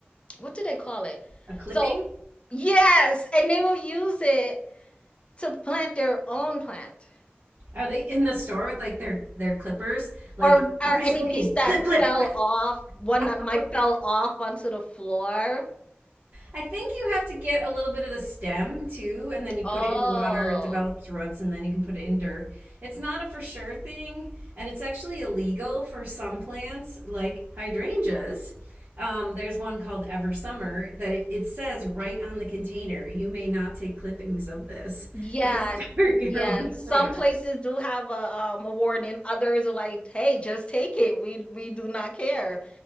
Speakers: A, on the left (about 30°); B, on the right (about 70°).
A: what do they call it?
B: A clipping?
A: So yes, and they will use it to plant their own plant.
B: Are they in the store with like their their clippers? Like
A: Or
B: nobody's
A: or any
B: looking.
A: piece that
B: Clip clip.
A: fell
B: <laughs>
A: off, one
B: Okay.
A: that might fell off onto the floor.
B: I think you have to get a little bit of the stem too, and then you put
A: Oh.
B: it in water, it develops roots, and then you can put it in dirt. It's not a for sure thing, and it's actually illegal for some plants like hydrangeas. Um, there's one called Ever Summer that it, it says right on the container, you may not take clippings of this
A: Yeah.
B: and <laughs> start your
A: Yeah.
B: own
A: Some
B: plant.
A: places do have a um a warning. Others are like, hey, just take it. We we do not care.